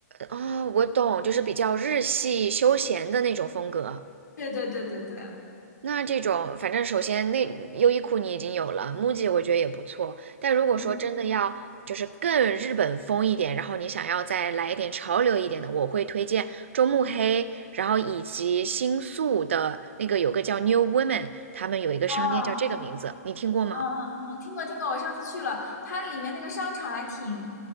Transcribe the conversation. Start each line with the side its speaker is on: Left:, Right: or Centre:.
Right: 哦，我懂，就是比较日系休闲的那种风格。
Left: 对对对对对，
Right: 那这种，反正首先那优衣库你已经有了，MUJI 我觉得也不错。但如果说真的要就是更日本风一点，
Left: 嗯，
Right: 然后你想要再来一点潮流一点的，我会推荐中目黑，然后以及新宿的那个有个叫 New Women，他们有一个商店叫这个名字，
Left: 啊。
Right: 你听过吗？
Left: 嗯嗯嗯，听过听过，我上次去了，它里面那个商场还挺